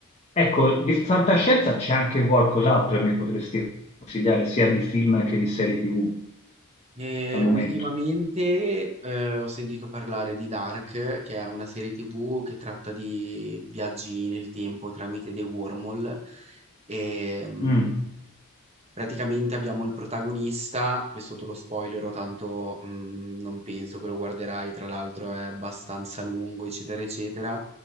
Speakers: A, on the left; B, on the right.
A: Ecco, di fantascienza c'è anche qualcos'altro che mi potresti consigliare, sia di film che di serie TV
B: e
A: al momento.
B: ultimamente eh, ho sentito parlare di Dark, che è una serie TV che tratta di viaggi nel tempo tramite dei wormhole. E, mhmm,
A: Mm,
B: Praticamente abbiamo il protagonista, questo te lo spoilero, tanto mm, non penso che lo guarderai, tra l'altro è abbastanza lungo, eccetera, eccetera.